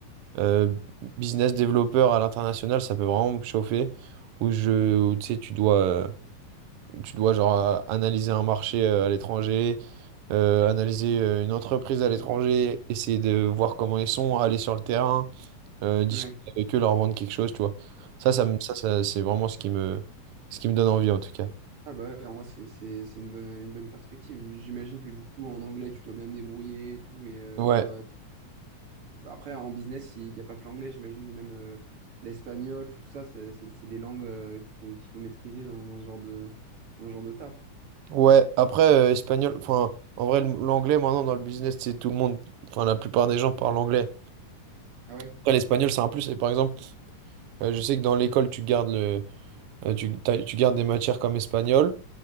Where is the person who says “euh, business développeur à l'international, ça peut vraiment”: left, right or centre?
Right